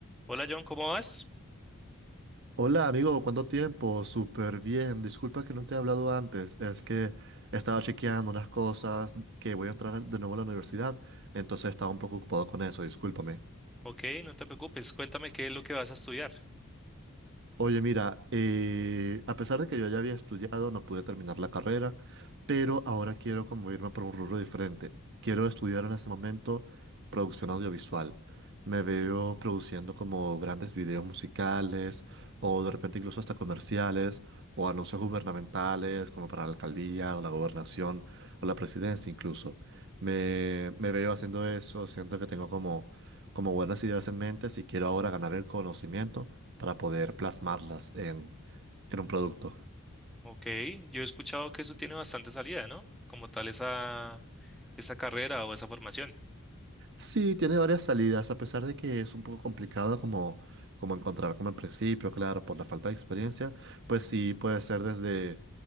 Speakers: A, in the centre; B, on the right.
A: Hola John, ¿cómo vas?
B: Hola amigo, ¿cuánto tiempo? Súper bien. Disculpa que no te he hablado antes. Es que estaba chequeando unas cosas que voy a entrar al- de nuevo a la universidad, entonces estaba un poco ocupado con eso, discúlpame.
A: Ok, no te preocupes, cuéntame qué es lo que vas a estudiar.
B: Oye, mira, eh, a pesar de que yo ya había estudiado, no pude terminar la carrera, pero ahora quiero como irme por un rubro diferente. Quiero estudiar en este momento producción audiovisual. Me veo produciendo como grandes videos musicales o de repente incluso hasta comerciales o anuncios gubernamentales como para la alcaldía o la gobernación o la presidencia incluso. Me, me veo haciendo eso, siento que tengo como, como buenas ideas en mente si quiero ahora ganar el conocimiento para poder plasmarlas en, en un producto.
A: Ok, yo he escuchado que eso tiene bastante salida, ¿no? Como tal esa, esa carrera o esa formación.
B: Sí, tiene varias salidas, a pesar de que es un poco complicado como, como encontrar como al principio, claro, por la falta de experiencia, pues sí, puede ser desde